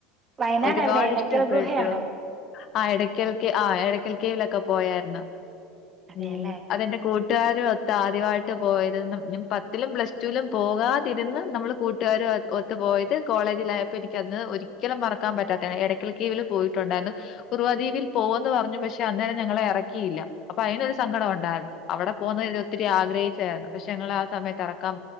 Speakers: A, on the right; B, on the left.
A: വയനാട്
B: ഒരു
A: എവിടെ
B: പാട്
A: എടയ്ക്കൽ
B: ഇഷ്ടപ്പെട്ടു
A: ഗുഹയാണോ
B: ആഹ് എടയ്ക്കൽ കേ ആ ഇടയ്ക്കൽ കേവിലൊക്കെ പോയായിരുന്നു
A: അതെയല്ലേ
B: ഉം അതെന്റെ കൂട്ട- കൂട്ടുകാരും ഒത്ത് ആദ്യമായിട്ട് പോയത് പത്തിലും പ്ലസ് ടുവിലും പോകാതിരുന്ന് നമ്മൾ കൂട്ടുകാര് ഒത്ത്‌ ത്ത് പോയത് കോളേജിലായപ്പോ എനിക്ക് അന്ന് ഒരിക്കലും മറക്കാൻ പറ്റാത്തതാണ് എടയ്ക്കൽ കീവില് പോയിട്ടോണ്ടാന്നു കുറുവാദ്വീപിൽ പോവാന്ന് പറഞ്ഞു പക്ഷേ അന്നേരം ഞങ്ങളെ എറക്കിയില്ല അപ്പോ അതിനൊരു സങ്കടം ഒണ്ടാരുന്നു. അവടെ പോകുന്നത്ത് ഒത്തിരി ആഗ്രഹിച്ചായിരുന്നു പക്ഷേ ഞങ്ങളെ ആ സമയത്ത് ഇറക്കാൻ